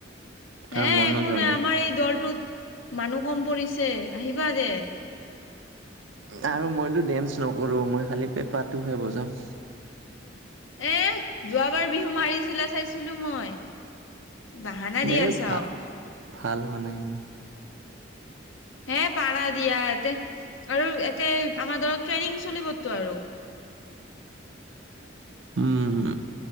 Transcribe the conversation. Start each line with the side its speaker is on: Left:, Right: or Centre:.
Left: হে
Right: আৰু মনো
Left: একো
Right: যোৱা
Left: নাই আমাৰ এই দলটোত মানুহ কম পৰিছে, আহিবা দে।
Right: না আৰু মইতো ডেন্স নকৰো মই খালি পেপাটোহে বজাওঁ।
Left: এ যোৱাবাৰ বিহু মাৰিছিলা চাইছিলো মই। বাহানা দি
Right: এই
Left: আছা
Right: ভাল
Left: অ
Right: ভাল হোৱা নাই। উম <inaudible>
Left: হে পাৰা দিয়া এতে আৰু ইয়াতে আমাৰ দলত ট্ৰেইনিং চলিবতো আৰু।
Right: উম।